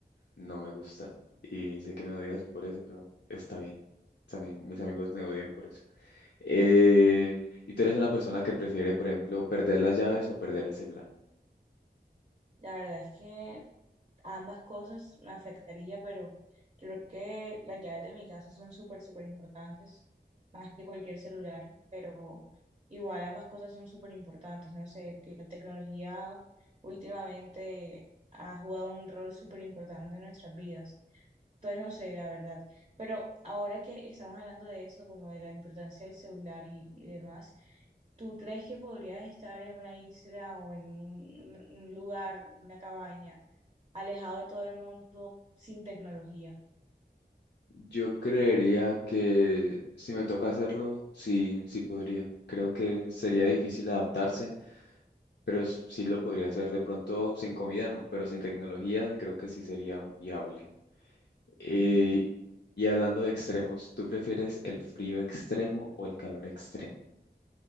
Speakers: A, on the left (about 75°); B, on the right (about 30°).
A: No me gusta. Y sé que me odias por eso, pero está bien. También mis amigos me odian por eso. Eh, ¿y tú eres una persona que prefiere, por ejemplo, perder las llaves o perder el celular?
B: La verdad es que ambas cosas me afectaría, pero creo que las llaves de mi casa son súper, súper importantes, más que cualquier celular, pero igual ambas cosas son súper importantes, no sé, que la tecnología últimamente ha jugado un rol súper importante en nuestras vidas. Entonces no sé, la verdad. Pero ahora que estamos hablando de eso, como de la importancia del celular y, y demás, ¿tú crees que podrías estar en una isla o en un, un lugar, una cabaña, alejado de todo el mundo sin tecnología?
A: Yo creería que si me toca hacerlo, sí, sí podría. Creo que sería difícil adaptarse, pero s- sí lo podría hacer. De pronto, sin comida no, pero sin tecnología creo que sí sería viable. Eh,
B: Porque
A: y hablando de extremos, ¿tú prefieres el frío extremo o el calor extremo?